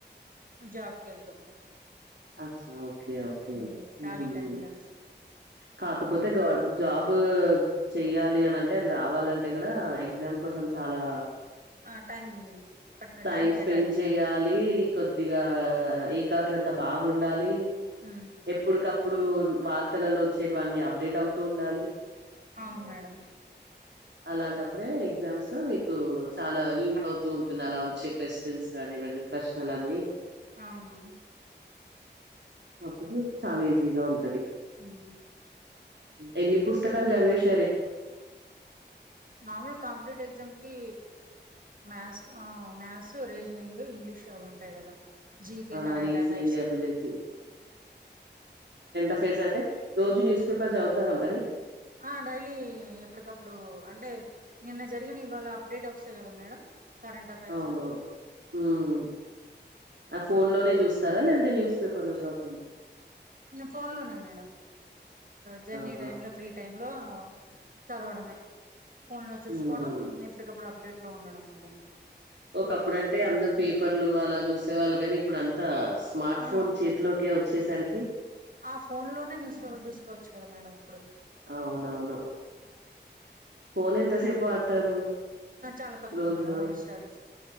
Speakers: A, on the right; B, on the right.
A: జాబ్ కి వెళ్తాం
B: అచ్చా ఓకే ఓకే.
A: ఉమ్
B: హ్మ్.
A: కాలి టైమ్లా
B: కాకపోతే గవర్ జాబ్ చెయ్యాలి అని అంటే అది రావాలంటే కూడా ఎగ్జామ్ కోసం చాలా
A: ఆ టైము
B: టైం
A: టైమ్ కేటాయించాలి
B: స్పెండ్ చేయాలి. కొద్దిగా ఏకాగ్రత బాగుండాలి
A: హ
B: ఎప్పుడికప్పుడు వార్తలలో వచ్చేవన్నీ అప్డేట్ అవుతూ ఉండాలి
A: అవును మేడం
B: అలాంటప్పుడే ఎగ్జామ్స్ లో మీకు చాలా యూజ అవుతూ ఉంటుంది అలా వచ్చే క్వశ్చన్స్ గానీ ఇవన్నీ ప్రశ్నలన్నీ
A: అవును
B: అప్పుడు చాలా ఈజీగా ఉంటది
A: హ
B: ఎన్ని పుస్తకాలు చది
A: నార్మల్ కాంపిటేటివ్ ఎగ్జామ్ కి మ్యాథ్స్ ఆ మ్యాథ్స్ రీజనింగ్ ఇంగ్లీష్ అవి ఉంటాయి కదా జీకె
B: ఆ
A: current
B: reasoning
A: affairs
B: ability affairs అంటే రోజు న్యూస్ పేపర్స్ చదువుతారా అది
A: ఆ డైలీ ఎప్పటికప్పుడు అంటే నిన్న జరిగిన ఇవాళ అప్డేట్ వస్తాయి కదా మేడం కరెంట్ అఫేర్స్
B: అవును. హ్మ్. ఆ ఫోన్ లోనే చూస్తారా లేదంటే న్యూస్ పేపర్ లో చూస్
A: ఫోన్ లోనే మేడం జర్నీ
B: ఆహా!
A: టైం లో ఫ్రీ టైమ్ లొ చదవడమె ఫోన్ లొ చూసుకోవడం
B: హ్మ్.
A: నేర్చు అప్పటికప్పుడు అప్డేట్ లో ఉండడం మేడం
B: ఒక అప్పుడంటే అందరు పేపర్లు అలా చూసే వాళ్ళు కాని ఇప్పుడు అంతా స్మార్ట్
A: ఆ
B: ఫోన్ చేతిలోకే వచ్చేసరికి
A: ఆ ఫోన్ లోనే న్యూస్ పేపర్ చూసుకోవచ్చు కదా మేడం ఇప్పుడు
B: అవునవును ఫోన్ ఎంతసేపు వాడతారు
A: చాలా తక్కువ
B: రోజులో?
A: మేడం ఓన్లీ స్టడీస్